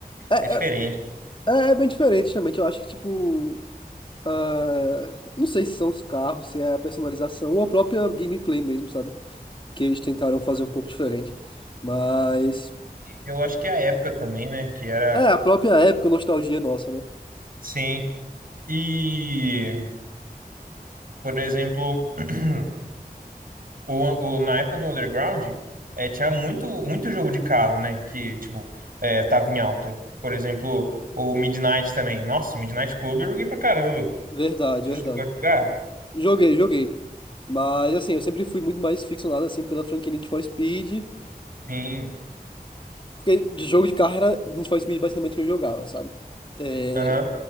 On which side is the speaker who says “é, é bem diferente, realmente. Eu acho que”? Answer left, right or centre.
Left